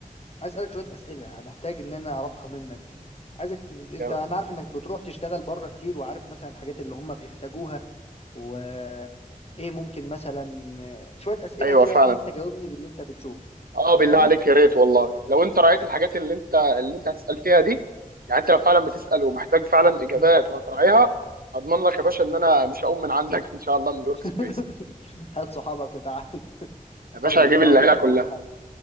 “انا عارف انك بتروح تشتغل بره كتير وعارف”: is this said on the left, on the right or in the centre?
Left